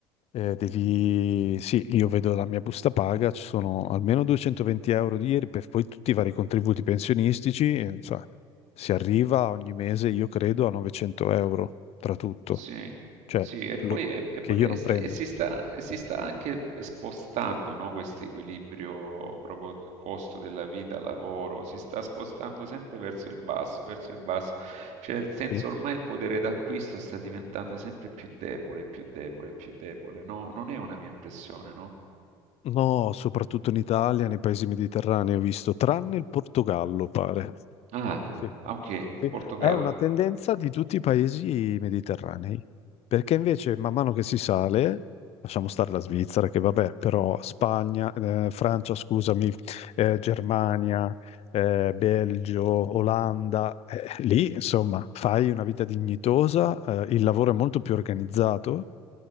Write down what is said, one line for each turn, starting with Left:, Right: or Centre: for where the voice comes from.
Left: eh, devi, sì, io vedo la mia busta paga, ci sono almeno 220 euro di IRPEF, poi tutti i vari contributi pensionistici, eh, cioè, si arriva ogni mese, io credo, a 900 euro tra tutto,
Right: Sì,
Left: cioè
Right: sì, e poi,
Left: lo-
Right: e- e
Left: che
Right: poi-
Left: io
Right: e
Left: non
Right: sta-
Left: prendo.
Right: e si sta, e si sta anche spostando, no, questo equilibrio proprio costo della vita, lavoro, si sta spostando sempre verso il basso, verso il basso, cioè nel senso
Left: Sì.
Right: ormai il potere d'acquisto sta diventando sempre più debole, più debole, più debole, no? Non è una mia impressione, no?
Left: No, soprattutto in Italia, nei paesi mediterranei ho visto, tranne il Portogallo, pare.
Right: Ah,
Left: Sì,
Right: ah, ok,
Left: sì, sì.
Right: Portogallo,
Left: È una tendenza di tutti i paesi mediterranei, perché invece man mano che si sale, lasciamo stare la Svizzera, che vabbè, però Spagna, eh, Francia, scusami, eh, Germania, eh, Belgio, Olanda, eh, lì insomma fai una vita dignitosa, eh, il lavoro è molto più organizzato